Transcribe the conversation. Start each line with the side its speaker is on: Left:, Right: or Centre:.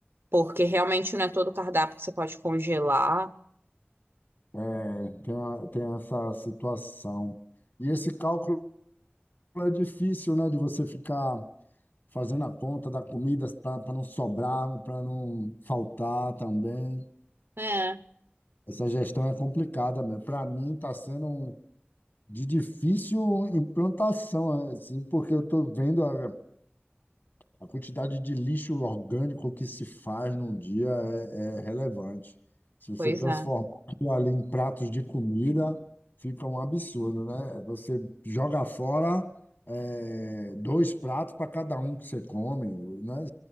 Right: porque realmente não é todo cardápio que você pode congelar.
Left: é, tem, a- tem essa situação. E esse cálculo é difícil, né, de você ficar fazendo a conta da comida para não sobrar, para não faltar também.
Right: É.
Left: Essa gestão é complicada mesmo. Para mim, está sendo um- de difícil implantação, assim, porque eu estou vendo a A quantidade de lixo orgânico que se faz num dia é, é relevante. Se você
Right: Pois
Left: transformar
Right: é.
Left: aquilo ali em pratos de comida, fica um absurdo, né? Você joga fora, é, dois pratos para cada um que você come, né?